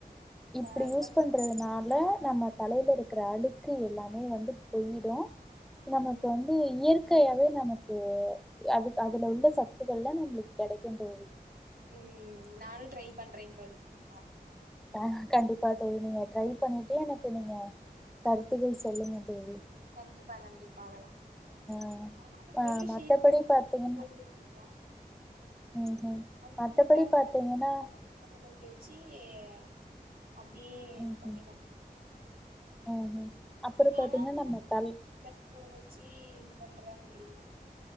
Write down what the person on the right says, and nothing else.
பார்றா
ம்
ம் நானு ட்ரை பண்றேங் தோழி ஆ
ம்
கண்டிப்பா கண்டிப்பா லாம் <unintelligible>
வெறும்
ஷிககாய் மட்டு
தா போட்டுட்ருக்கே
அது
வந்து தண்ணில
<unintelligible> தேச்சி ஆ அப்டியே இது
பண்ணி
வாங்க <inaudible>
நீங்க
ஆனா அத
மடிச்சி
<unintelligible> ஊற வச்சு பண்றங்கிறீங்க